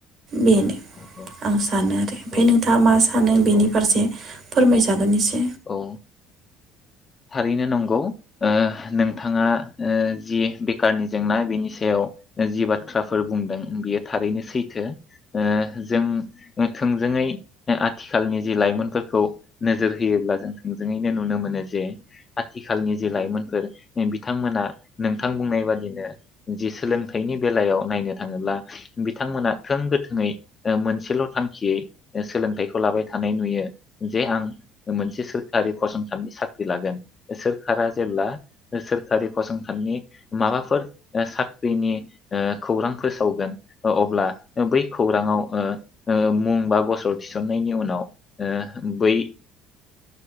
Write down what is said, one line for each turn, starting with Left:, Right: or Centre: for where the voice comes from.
Right: बेनो
Left: औ
Right: आं सानो आरो
Left: औ
Right: ओमफ्राय नोंथाङा मा सानो
Left: औ
Right: बेनि फारसे फोरमायजागोन एसे।
Left: औ। थारैनो नंगौ नोंथाङा जि बेखारनि जेंना बेनि सायाव जि बाथ्राफोर बुंदों बेयो थारैनो सैथो जों थोंजोङै आथिखालनि जि लाइमोनफोरखौ नोजोर होयोब्ला जों थोंजोङैनो नुनो मोनो जे आथिखालनि जे लाइमोनफोर बिथांमोना नोंथां बुंनाय बादिनो जे सोलोंथाइनि बेलायाव नायनो थाङोब्ला बिथांमोना थों गोथोङै मोनसेल' थांखियै सोलोंथाइखौ लाबाय थानाय नुयो जे आं मोनसे सोरखारि फसंथाननि साख्रि लागोन। सोरखारा जेब्ला सोरखारि फसंथाननि माबाफोर साख्रिनि ओ खौरां फोसावगोन अब्ला बै खौराङाव ओ मुं बा गसर थिसननायनि उनाव ओ बै